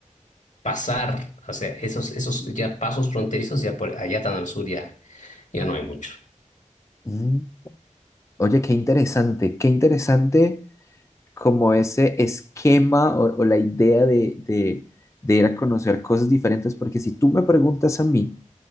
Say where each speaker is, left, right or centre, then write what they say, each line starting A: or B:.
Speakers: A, on the left; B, on the left.
A: pasar, o sea, esos, esos ya pasos fronterizos, ya por allá tan al sur ya, ya no hay mucho.
B: Mm. Oye, qué interesante. Qué interesante como ese esquema o, o la idea de, de, de ir a conocer cosas diferentes. Porque si tú me preguntas a mí,